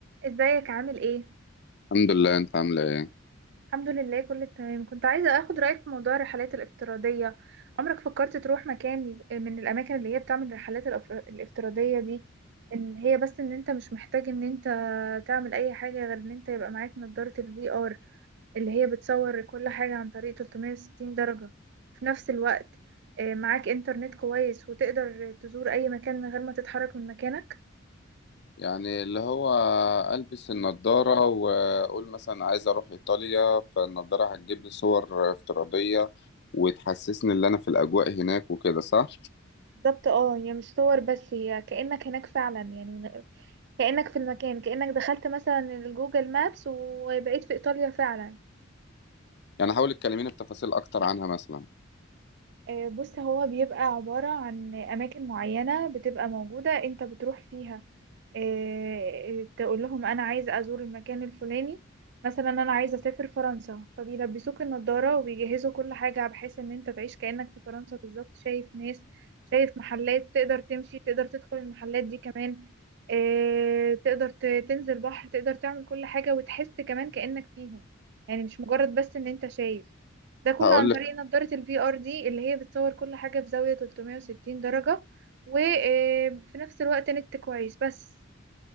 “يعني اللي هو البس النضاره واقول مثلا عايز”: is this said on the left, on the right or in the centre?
Left